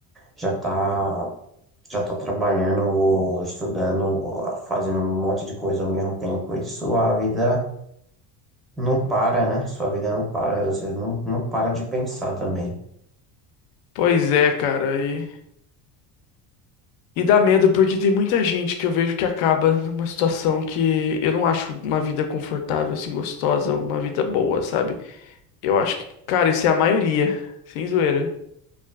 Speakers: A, in the centre; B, on the left.
A: já tá já tá trabalhando ou estudando, ou fazendo um monte de coisa ao mesmo tempo, e sua vida não para, né? Sua vida não para, você não, não para de pensar também.
B: pois é, cara. E, e dá medo porque tem muita gente que eu vejo que acaba numa situação que eu não acho uma vida confortável, assim, gostosa, uma vida boa, sabe? Eu acho que, cara, isso é a maioria, sem zoeira.